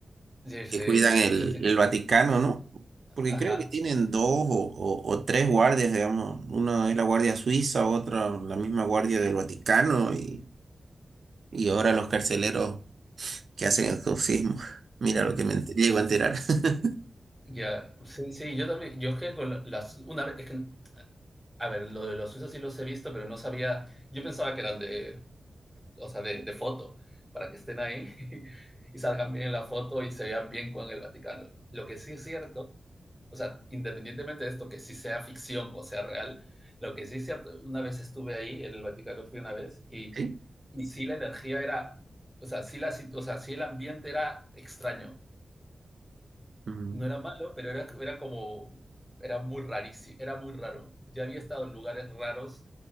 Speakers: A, in the centre; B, on the right.
A: sí,
B: que
A: sí,
B: cuidan el,
A: sí, sí,
B: el Vaticano, ¿no? Porque
A: ajá.
B: creo que tienen dos o, o- o tres guardias, digamos. Una es la Guardia Suiza, otra la misma Guardia del Vaticano y, y ahora los carceleros que hacen exorcismo. <laughs> Mira lo que me ent- llego a enterar. <laughs>
A: Ya, sí, sí, yo también, yo es que con la- las, una vez, es que, a ver, lo de los suizos sí los he visto, pero no sabía, yo pensaba que eran de, o sea, de, de foto, para que estén ahí <laughs> y salgan bien en la foto y se vean bien con el Vaticano. Lo que sí es cierto, o sea, independientemente de esto, que sí sea ficción o sea real, lo que sí es cierto, una vez estuve ahí, en el Vaticano fui una vez, y,
B: Sí,
A: y sí la energía era, o sea, sí la, sit- o sea, sí el ambiente era extraño.
B: Mm.
A: No era malo, pero era, era como, era muy rarísimo, era muy raro. Ya había estado en lugares raros,